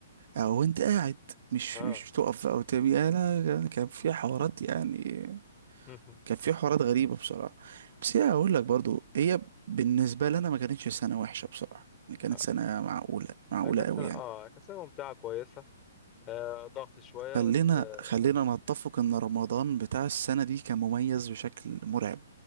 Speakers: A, on the right; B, on the left.
A: او انت قاعد مش
B: اه
A: مش تقف او تبي آه لا لا، كان في حوارات يعني
B: <laughs>
A: كان في حوارات غريبه بصراحه بس هي اقول لك برضو هي بالنسبه لنا ما كانتش سنه وحشه بصراحه يعني كانت
B: اه
A: سنه معقوله معقوله
B: كانت
A: قوي
B: سنة
A: يعني
B: اه كانت سنة ممتعة كويسة آه ضغط شوية
A: خلينا
B: بس آه
A: خلينا نتفق ان رمضان بتاع السنه دي كان مميز بشكل مرعب